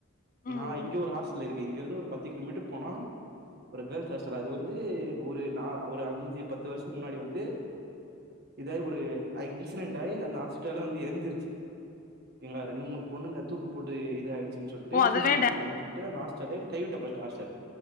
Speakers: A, on the left; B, on the right.
A: ம்,
B: நா இங்க ஒரு ஹாஸ்டல் இருக்கு இங்க இருந்து ஒரு பத்து கிலோ மீட்டர் போனா ஒரு கேர்ள்ஸ் ஹாஸ்டல் அது வந்து ஒரு நா ஒரு அஞ்சு பத்து வருஷத்துக்கு முன்னாடி வந்து இதாயி ஒரு இன்சிடென்ட் ஆயி அந்த ஹாஸ்ட்டலு வந்து எரிஞ்சிருச்சு ங்களா ரெண்டு மூணு பொண்ணுங்க தூக்கு போட்டு இது ஆயிடுச்சு ன்னு சொல்ட்டு
A: ஓ அதுவே
B: சூசைடு பண்ணாங்க சொல்ட்டு அந்த ஹாஸ்டல கைவிட்ட ஹாஸ்டல்